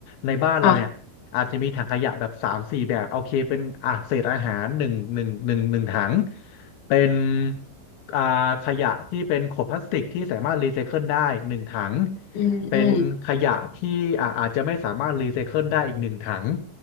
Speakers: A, on the left (about 80°); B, on the left (about 60°).
A: ในบ้านเราเนี่ยอาจจะมีถังขยะแบบสามสี่แบบโอเคเป็นอ่ะเศษอาหารหนึ่งหนึ่งหนึ่งหนึ่งถัง
B: อ่ะ
A: เป็นอ่าขยะที่เป็นขวดพลาสติกที่สามารถรีไซเคิลได้หนึ่งถัง
B: อืม
A: เป็นขยะที่อ่าอาจจะไม่สามารถรีไซเคิลได้อีกหนึ่งถัง